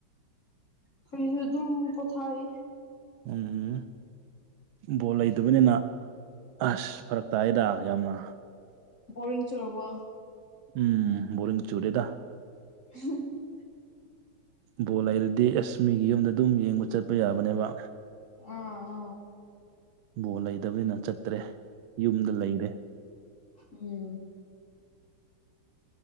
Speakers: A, on the left; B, on the right.
A: ꯑꯩꯈꯣꯏꯖꯨ ꯑꯗꯨꯝ ꯄꯣꯊꯥꯔꯤ
B: ꯎꯝ ꯎꯝ ꯕꯣꯜ ꯂꯩꯇꯕꯅꯤꯅ ꯑꯁ ꯐꯔꯛ ꯇꯥꯏꯌꯦꯗ ꯌꯥꯝꯅ
A: ꯕꯣꯔꯤꯡ ꯆꯨꯔꯕꯣ
B: ꯎꯝ ꯕꯣꯔꯤꯡ ꯆꯨꯔꯦꯗ
A: <unintelligible>
B: ꯕꯣꯜ ꯂꯩꯔꯗꯤ ꯑꯦꯁ ꯃꯤꯒꯤ ꯌꯨꯝꯗ ꯑꯗꯨꯝ ꯌꯦꯡꯕ ꯆꯠꯄ ꯌꯥꯕꯅꯦꯕ꯫
A: ꯑꯣ
B: ꯕꯣꯜ ꯂꯩꯇꯕꯅꯤꯅ ꯆꯠꯇ꯭ꯔꯦ ꯌꯨꯝꯗ ꯂꯩꯔꯦ꯫
A: ꯎꯝ꯫